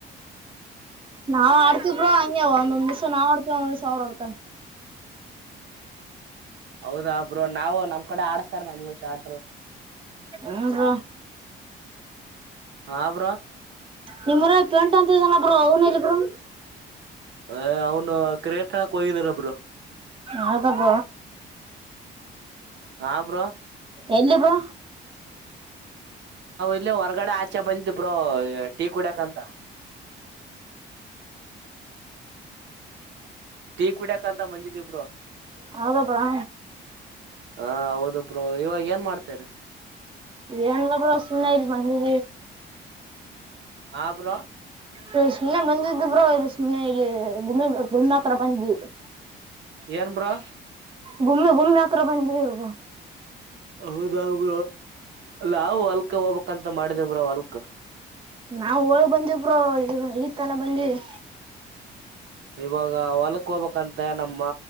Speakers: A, on the right (about 25°); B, on the right (about 65°).
A: ನಾವ ಅಡ್ಕ್ಕೆಪರ ಅಂ ಒಂದೊ ಒಂದುಷ ನಾವ ಅಡ್ತ ಒಂದ ಸಾವಿರ ಹೊಡ್ತ
B: ಹೌದಾಬ್ರು ನಾವು ನಮ್ ಕಡೆ ಆಡಿಸಸ್ತಾರೆ ನಮ್ಗೆ ಶಾಟ್
A: ಹ್ಮ ಹ್ಮ
B: ಹ ಹಬ್ರ
A: ನಿಮ್ಮರ ಪೇಂಟ್ ಅಂತಿದಾನ ಬ್ರ ಅವನು ಇಲ್ಲಿ ಬ್ರರು
B: ಅ ಅವ್ನು ಕ್ರೇಟಣಕ್ ಹೋಗಿದಾನೊಬ್ರು
A: ಹೌದಬ
B: ಹಾ ಬ್ರೋ
A: ಎಲ್ಲಿ ಬೋ
B: ಇಲ್ಲ ಹೊರ್ಗಡೆ ಆಚೆ ಬಂದಬರು ಟೀ ಕುಡಕಂತ ಟ ಕುಡ್ಯಾಕಂತ ಮಂಜಿದಿಬ್ರು
A: ಹೌದಬಾ
B: ಹಾ ಹೌದು ಬ್ರೋ ಇವಾಗ ಏನ್ ಮಾಡ್ತೇನೆ
A: ಎನ್ಲ್ಲ ಬಸು ನ ಮ
B: ಆಪರ
A: ಇ ಸುಮ್ಮನೆ ಬಂದಿದಬ್ರೋ ಇಲ್ಲಿ ಸುಮ್ಮನೆ ಇಲ್ಲಿ ಗುಮ್ಮಿ ಗುಮ ಹತ್ರರ ಬಂದೀವಿ
B: ಏನು ಬ್ರಾ
A: ಗುಮ್ಮಿ ಗುಮ್ಮಿ ಹತ್ರ ಬಂದಿದರ್ಗ
B: ಹೌದ ಬ ನಾವು ಹೊಲ್ಕ ಹೋಗ್ಕ್ಂತ ಮಾಡಿದೇ ಬ್ರ ಹೊಲ್ಕ
A: ನಾವವು ಹೋಗ ಬಂದಿವ ಬ್ರೋ ಈ ಈ ತನ ಬಂದಿವವಿ
B: ಇವಾಗ ಒಳಕ್ ಹೊಕ್ಕ ಹಬೇಕಂತ ನಮ್ಮ